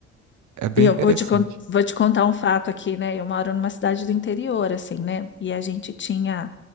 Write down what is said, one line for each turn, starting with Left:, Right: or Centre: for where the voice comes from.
Right: É bem
Left: E Eu
Right: interessante.
Left: vou te, con- vou te contar um fato aqui, né? Eu moro numa cidade do interior, assim, né? E a gente tinha